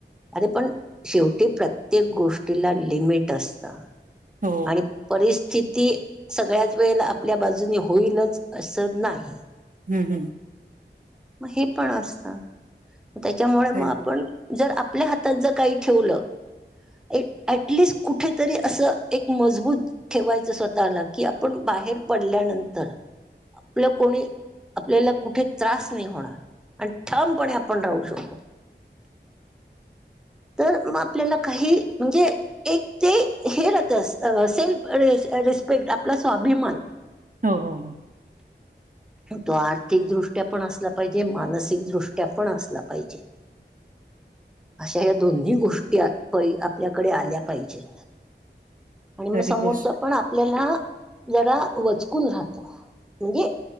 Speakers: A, in the centre; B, on the right.
A: अरे पण, शेवटी प्रत्येक गोष्टीला, लिमिट असतं.
B: हो
A: आणि परिस्थिती, सगळ्याच वेळला, आपल्या बाजूनी होईलच, असं नाही.
B: हम् हम्.
A: म हे पण असतं, त्याच्यामुळ
B: खरी
A: म आपण
B: गोष्ट
A: जर आपल्या हातात, जर काही ठेवलं एक एटलिस्ट कुठेतरी असं, एक मजबूत ठेवायचं स्वतःला, कि आपण, बाहेर पडल्यानंतर आपलं कोणी, आपल्याला कुठे त्रास नही होणार, आणि ठामपणे आपण राहू शकू. तर म आपल्याला काही, म्हणजे एक ते, हे राहत, अ स-सेल्फ अ रिस्पेक्ट, आपला स्वाभिमान
B: हो हो हो.
A: तो आर्थिकदृष्ट्या पण असला पाहिजे, मानसिकदृष्ट्या पण असला पाहिजे. अशा ह्या दोन्ही गोष्टी, आ प <unintelligible> आपल्याकडे आल्या पाहिजे. आणि म
B: खरी
A: समोरच
B: गोष्ट
A: पण, आपल्याला जरा वचकून राहतो, म्हणजे